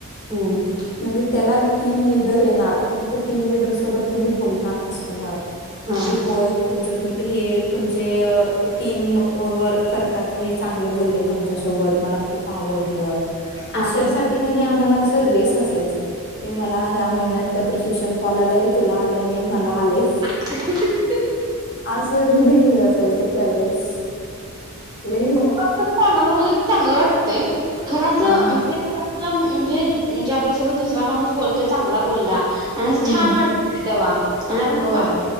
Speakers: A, on the right; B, on the left.
A: हम्म,
B: म्हणजे त्याला टीम लिडर येणार, म ते टीम लिडर सोबत त्यांनी बोलणार कस्टमर,
A: हा
B: की होय तुमचं तुम हे तुमचे अं टीम वर्क करतात हे चांग चांगलं बोललेत आमच्या सोबत मला खुप आवडलं,
A: हा
B: आशा साठी कणि आमाला अस तर रेस असायच. की मला ह्या महिन्यात अं प्रिशिक्षन कॉल आलं होतं, तुला आलं नाही, मला आलंय.
A: <unintelligible>
B: आस लै असायचं त्या वेळेस, लै
A: कोण चांगलं बोललं की चांगलं वाटतंय, खर असं
B: हा.
A: म्हणजे खरं म्हणजे, म्हणजे आपल्यासोबत दुसरा माणूस बोलतोय चांगला बोलला आणि असं
B: हम्म
A: छान वाटतं तेव्हा, आणि आपण
B: होय
A: ख